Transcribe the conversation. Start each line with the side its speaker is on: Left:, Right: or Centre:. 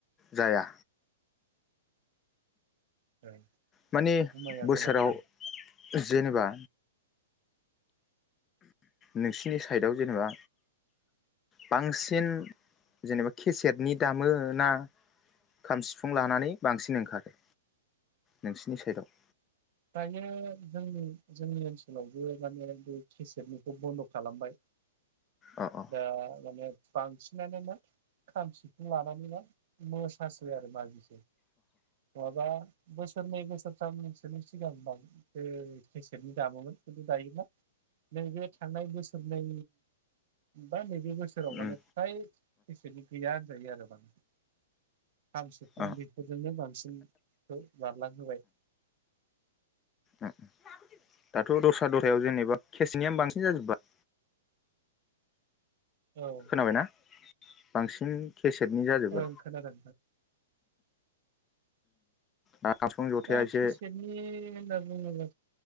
Left: जाया
Right: जुमाइखौ
Left: माने बोसोराव
Right: गोनांथार
Left: जेनेबा नोंसिनि साइडआव जेनेबा बांसिन जेनेबा खेसेटनि दामो ना खाम सिफुं लानानै बांसिन ओंखारो नोंसिनि साइदआव
Right: दायो जोंनि जोंनि ओनसोलावबो माने बे केसेटनिखौ बन्द' खालामबाय
Left: अ अ
Right: दा माने बांसिनानो मा खाम सिफुं लानानै मा मोसासै आरो मागि नङाबा बोसोरनै बोसोरथाम नो सिगां <unintelligible> केेसेटनि दामोमोन खिन्थु दायो मा नैबे थांनाय बोसोरनै बा नै बे बोसोराव
Left: उम
Right: माने फ्राय केसेटनि गैया होनजायो आरो ना खाम सिफुं
Left: अ
Right: बेफोरजोंनो बांसिनखौ बारलां होबाय
Left: ओ दाथ' दस्रा दस्रायाव जेनेबा केसटनिया बांसिन जाजोब्बाय।
Right: औ औ।
Left: खोनाबायना बांसिन केसेटनि जाजोब्बाय
Right: ओं खोनादों।
Left: जाबस्रिं जथाया
Right: दा
Left: एसे
Right: खेसेतनि होनना बुङो औ